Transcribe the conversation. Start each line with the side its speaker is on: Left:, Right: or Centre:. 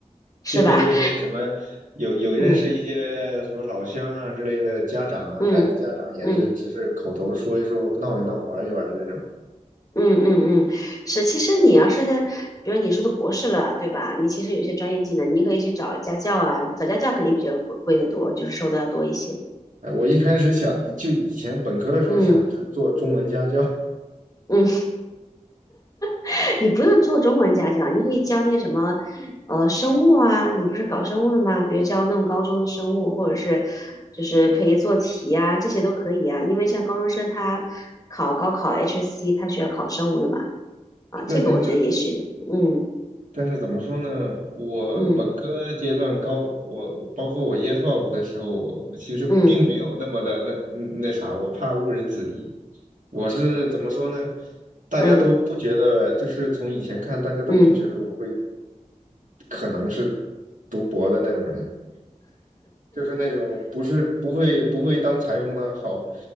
Left: 是吧？
Right: 这边这些什么有有认识一些什么老乡啊之类的家长啊，
Left: <laughs> 嗯。嗯嗯
Right: 孩子家长也是只是口头说一说，闹一闹，玩一玩这种。
Left: 嗯嗯嗯，是。其实你要是在，比如你是读博士了，对吧？你其实有一些专业技能，你可以去找家教啊，找家教肯定比较贵贵的多，就是收的要多一些。
Right: 哎我一开始想就以前本科的时候想的是做中文家教，
Left: 嗯
Right: <laughs>
Left: 嗯，<laughs> 你不用做中文家教，你可以教那什么，呃，生物啊，你不是搞生物的吗？比如教那种高中的生物，或者是就是陪做题啊，这些都可以啊。因为像高中生他考高考 HSC，他需要考生物的嘛，啊，
Right: 是，
Left: 这个我觉得也许，
Right: 但是
Left: 嗯
Right: 但是怎么说呢？我本科阶段高，
Left: 嗯。
Right: 我包括我 Year Twelve 的时候，我其实并没有那么的那嗯那啥，
Left: 嗯
Right: 我怕误人子弟。我是怎么说呢？大家都不觉得，
Left: 嗯
Right: 就是从以前看，大家都不觉得我会
Left: 嗯
Right: 可能是读博的那种人，就是那种不是不会不会当裁缝的好